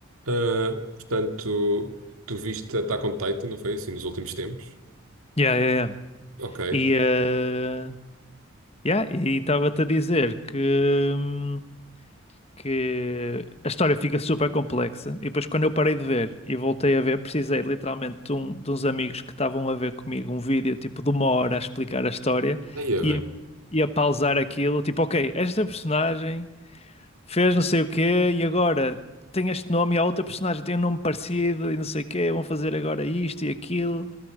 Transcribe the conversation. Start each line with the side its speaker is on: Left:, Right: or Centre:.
Right: Ah, portanto, tu viste Attack on Titan, não foi assim, nos últimos tempos?
Left: Yeah, yeah, yeah.
Right: Ok.
Left: E eh, yeah, e estava-te a dizer que, hum, que a história fica super complexa. E depois, quando eu parei de ver e voltei a ver, precisei literalmente de, um- de uns amigos que estavam a ver comigo um vídeo tipo de uma hora a explicar a história
Right: Daí é bem.
Left: e a, e a pausar aquilo. Tipo, ok, esta personagem fez não sei o quê e agora tem este nome e a outra personagem tem um nome parecido e não sei o quê. Vão fazer agora isto e aquilo.